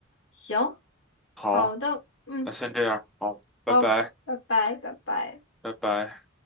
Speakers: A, on the left; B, in the centre.
A: 行，
B: 那好，
A: 好的，嗯，
B: 那先这样，好，
A: 好，
B: 拜拜，
A: 拜拜，拜拜。
B: 拜拜。